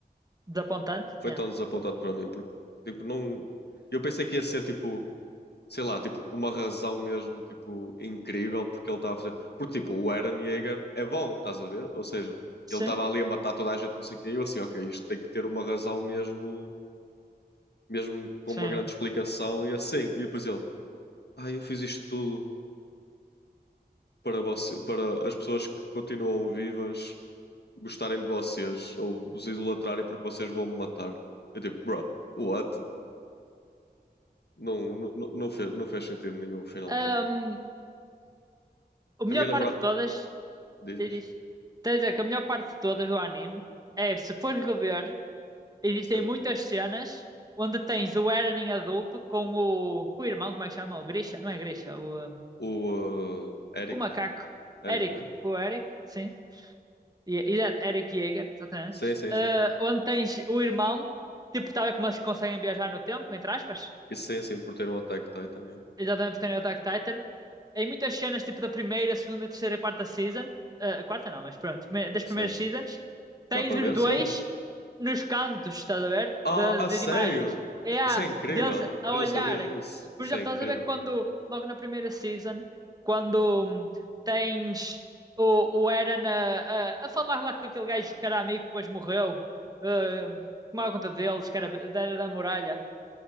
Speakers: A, on the right (about 20°); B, on the left (about 75°).
A: desapontante.
B: foi
A: Yeah.
B: tão desapontado para mim, porque tipo, não. Eu pensei que ia ser tipo. sei lá, tipo, uma razão mesmo, tipo, incrível porque ele estava a fazer. Porque, tipo, o Eren Yeager é bom, estás a ver? Ou seja,
A: Sim,
B: ele estava ali a matar toda a gente, não sei o quê, e eu assim, ok, isto tem que ter uma razão mesmo, mesmo com
A: sim.
B: uma grande explicação e assim. E depois ele, ah, eu fiz isto tudo para você, para as pessoas que continuam vivas gostarem de vocês ou vos idolatrarem porque vocês vão me matar. Eu tipo, bruh, what? Não, não, não não fez, não fez sentido nenhum o final para
A: Ahm,
B: mim.
A: a melhor
B: A minha namorada.
A: parte de todas,
B: Dizes?
A: diz. diz. Quer dizer que a melhor parte de todas do anime é, se fores rever, existem
B: Sim.
A: muitas cenas onde tens o Eren em adulto com o, o irmão, como é que chama? O Grisha? Não é Grisha, o, ahm,
B: O uh, Eric.
A: o macaco.
B: Eric,
A: Eric,
B: né?
A: com o Eric, sim. E- Exato, Eric Yeager, exatamente.
B: Sim, sim,
A: Ah,
B: sim.
A: onde tens o irmão, tipo, tal como eles conseguem viajar no tempo, entre aspas.
B: E sim, sim, por ter um Attack Titan, yeah.
A: Exatamente, porque tem o Attack Titan. em muitas cenas, tipo da primeira, segunda, terceira, quarta season, ah, a quarta não, mas pronto, me- das
B: Sim.
A: primeiras seasons, tens
B: Dá para
A: os
B: ver
A: dois
B: cenas?
A: nos cantos, estás a ver?
B: Ah,
A: De, de,
B: a sério?
A: imagens. É a
B: Isso é incrível.
A: deles a
B: Eu
A: olharem.
B: não sabia disso.
A: Por
B: Isso
A: exemplo,
B: é incrível.
A: estás a ver quando, logo na primeira season, quando hum, tens o, o Eren a, a, a falar lá com aquele gajo que era amigo, que depois morreu, ah, tomava conta deles, que era, era da muralha.